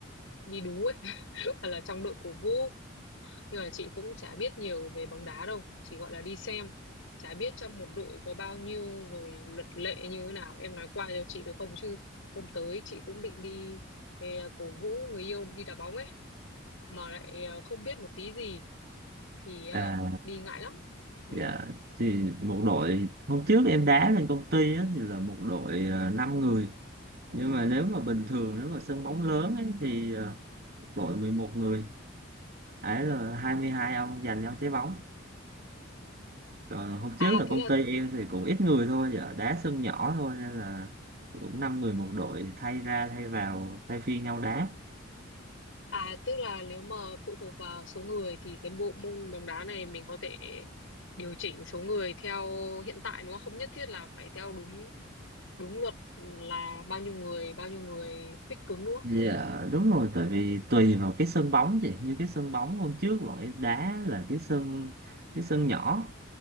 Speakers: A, on the left (about 75°); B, on the right (about 50°).
A: đi đú ấy <laughs> hoặc là trong đội cổ vũ nhưng mà chị cũng chả biết nhiều về bóng đá đâu chỉ gọi là đi xem chả biết trong một đội có bao nhiêu rồi luật lệ như thế nào em nói qua cho chị được không chứ hôm tới chị cũng định đi về cổ vũ người yêu đi đá bóng ấy mà lại ờ, không biết một tí gì thì à,
B: à,
A: đi ngại lắm ừ.
B: dạ thì một đội hôm trước em đá lên công ty á, thì là một đội uh, 5 người nhưng mà nếu mà bình thường nếu mà sân bóng lớn ấy, thì ờ, đội mười một người ấy là 22 ông giành nhau trái bóng còn hôm
A: à
B: trước là
A: thế
B: công
A: là
B: ty em thì cũng ít người thôi dạ đá sân nhỏ thôi nên là cũng 5 người một đội thay ra thay vào thay phiên nhau đá
A: à tức là nếu mà phụ thuộc vào số người thì cái bộ môn bóng đá này mình có thể điều chỉnh số người theo hiện tại đúng không không nhất thiết là phải theo đúng đúng luật là bao nhiêu người bao nhiêu người fix cứng đúng không
B: Dạ đúng rồi tại vì tùy vào cái sân bóng chị như cái sân bóng hôm trước bọn em đá là cái sân cái sân nhỏ